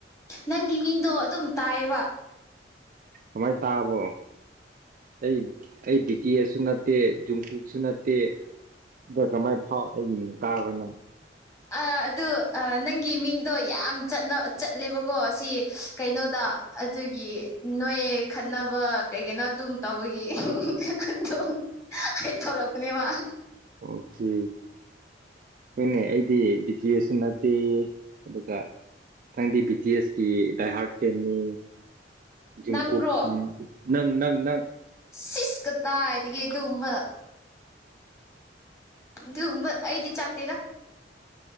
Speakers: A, on the left; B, on the right.
A: ꯅꯪꯒꯤ ꯃꯤꯡꯗꯣ ꯑꯗꯨꯝ ꯇꯥꯏꯌꯦꯕ
B: ꯀꯃꯥꯏꯅ ꯇꯥꯕꯣ ꯑꯩ ꯑꯩ ꯕꯤꯇꯦꯁꯁꯨ ꯅꯠ ꯅꯠꯇꯦ ꯖꯨꯝꯀꯨꯣꯛꯁꯨ ꯅꯠꯇꯦ ꯑꯗ ꯀꯃꯥꯏ ꯐꯥꯎ ꯑꯩꯒꯤ ꯃꯤ ꯇꯥꯕ꯭ꯔ ꯅꯪ
A: ꯑꯠꯑꯗꯨ ꯅꯪꯒꯤ ꯃꯤꯡꯗꯣ ꯌꯥꯝ ꯆꯠꯅ ꯆꯠꯂꯦꯕꯀꯣ ꯁꯤ ꯀꯩꯅꯣꯗ ꯑꯗꯨꯒꯤ ꯅꯣꯏ ꯈꯠꯅꯕ ꯀꯩ ꯀꯩꯅꯣ ꯑꯗꯨꯝ ꯇꯧꯕꯒꯤ <unintelligible> ꯑꯗꯨ ꯑꯩ ꯊꯧꯔꯛꯄꯅꯦ <unintelligible>
B: ꯑꯣꯀꯦ ꯍꯣꯏꯅꯦ ꯑꯩꯗꯤ ꯕꯤꯇꯦꯁꯁꯨ ꯅꯠꯇꯦ ꯑꯗꯨꯒ ꯅꯪꯗꯤ ꯕꯤꯇꯤ ꯑꯦꯁꯀꯤ ꯗꯥꯏ ꯍꯥꯔꯠ ꯐꯦꯟꯅꯤ ꯖꯤꯡ
A: ꯅꯪꯔꯣ
B: ꯀꯣ ꯎꯝ ꯅꯪ ꯅꯪ ꯅꯪ
A: ꯁꯤꯁ ꯀꯗꯥꯗꯒꯤ ꯑꯗꯨꯒꯨꯝꯕ ꯑꯗꯨꯒꯨꯝꯕ ꯑꯩꯗꯤ ꯆꯥꯛꯇꯦꯗꯥ